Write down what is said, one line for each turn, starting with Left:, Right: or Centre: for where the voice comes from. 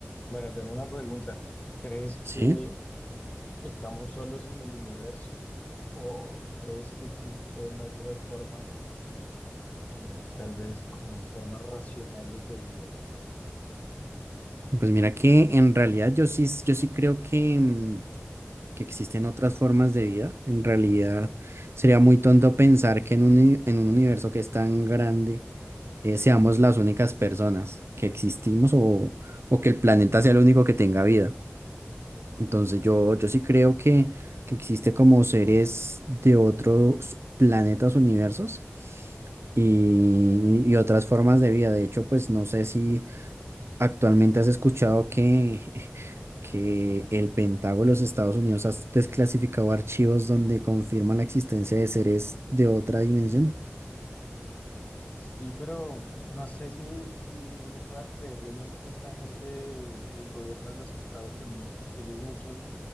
Left: Bueno, tengo una pregunta. ¿Crees que
Right: Sí,
Left: estamos solos en el universo o crees que existen otras formas, eh, tal vez como formas racionales de vida?
Right: pues mira que en realidad yo sí, yo sí creo que, mm, que existen otras formas de vida. En realidad sería muy tonto pensar que en un, uni- en un universo que es tan grande eh, seamos las únicas personas que existimos o, o que el planeta sea el único que tenga vida. Entonces yo, yo sí creo que, que existe como seres de otros planetas, universos y, y otras formas de vida. De hecho, pues no sé si Actualmente has escuchado que, <laughs> que el Pentágono de los Estados Unidos ha desclasificado archivos donde confirman la existencia de seres de otra dimensión.
Left: Sí, pero no sé si, si uno pueda creerle mucho a esta gente de- del gobierno de los Estados Unidos, porque ellos muchas